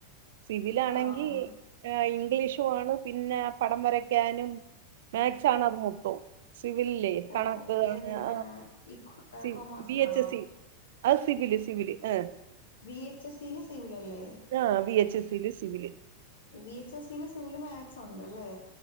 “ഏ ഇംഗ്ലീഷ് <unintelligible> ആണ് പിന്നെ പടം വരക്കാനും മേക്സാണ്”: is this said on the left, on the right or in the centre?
Right